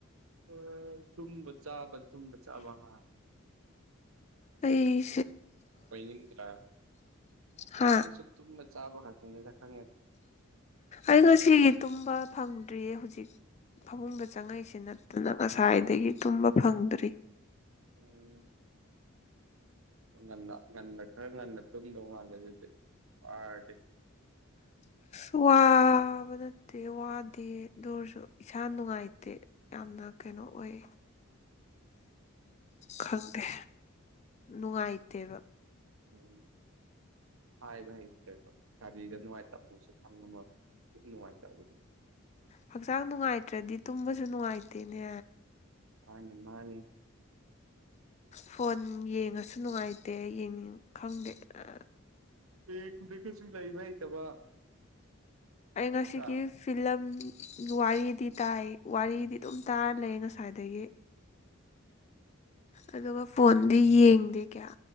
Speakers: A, on the right; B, on the left.
A: <unintelligible> ꯇꯨꯝꯕ ꯆꯥꯥꯕ ꯇꯨꯝꯕ ꯆꯥꯥꯕ ꯍꯥ
B: ꯑꯩ
A: ꯑꫭꯏꯅꯤꯡꯗ꯭ꯔ
B: ꯍꯥ
A: ꯅꯪꯁꯨ ꯇꯨꯝꯕ ꯆꯥꯕ ꯈꯛꯇꯅꯦꯗ ꯈꯪꯉꯦꯗ
B: ꯑꯩ ꯉꯁꯤꯒꯤ ꯇꯨꯝꯕ ꯐꯪꯗ꯭ꯔꯤꯌꯦ ꯍꯧꯖꯤꯛ ꯐꯃꯨꯡꯗ ꯆꯪꯉꯛꯏꯁꯤ ꯅꯠꯇꯅ ꯉꯁꯥꯏꯗꯒꯤ ꯇꯨꯝꯕ ꯐꯪꯗ꯭ꯔꯤ
A: <unintelligible> ꯉꯟꯅ ꯉꯟꯅ ꯈꯔ ꯉꯟꯅ ꯇꯨꯝꯗꯧ ꯃꯥꯜꯂꯦ ꯑꯗꯨꯗꯤ ꯋꯥꯔꯗꯤ
B: <inaudible> ꯋꯥꯕ ꯅꯠꯇꯦ ꯋꯥꯗꯦ ꯑꯗꯨ ꯑꯣꯏꯔꯁꯨ ꯏꯁꯥ ꯅꯨꯡꯉꯥꯏꯇꯦ ꯌꯥꯝ ꯑꯗꫭ ꯀꯩꯅꯣ ꯑꯣꯏ ꯈꯪꯗꯦ ꯅꯨꯡꯉꯥꯏꯇꯦꯕ
A: <unintelligible> ꯍꯥꯏꯕ ꯍꯩꯇꯦꯕ ꯀꯔꯤꯗ ꯅꯨꯡꯉꯥꯏꯇꯝꯅꫭꯁꯨ <unintelligible> ꯄꯨꯛ ꯅꯨꯡꯉꯥꯏꯇꯕꯗꯨ
B: ꯍꯛꯆꯥꯡ ꯅꯨꯡꯉꯥꯏꯇ꯭ꯔꯗꯤ ꯇꯨꯝꯕꯁꯨ ꯅꯨꯡꯉꯥꯏꯇꯦꯅꯦ
A: ꯃꯥꯅꯦ ꯃꯥꯅꯦ
B: ꯐꯣꯟ ꯌꯦꯡꯉꯁꯨ ꯅꯨꯡꯉꯥꯏꯇꯦ ꯌꯦꯡꯅꯤꯡ ꯈꯪꯗꯦ ꯑ
A: ꯌꯦꯡꯗ꯭ꯔꯒꯁꯨ ꯂꯩꯕ ꯍꯩꯇꯕ
B: ꯑꯩ ꯉꯁꯤꯒꯤ
A: ꯅꯠꯇ꯭ꯔꯥ
B: ꯐꯤꯂꯝ ꯋꯥꯔꯤꯗꯤ ꯇꯥꯏ ꯋꯥꯔꯤꯗꯤ ꯑꯗꯨꯝ ꯇꯥꯔ ꯂꯩ ꯉꯁꯥꯏꯗꯒꯤ ꯑꯗꯨꯒ ꯐꯣꯟꯗꯤ ꯌꯦꯡꯗꯦ ꯀꯌꯥ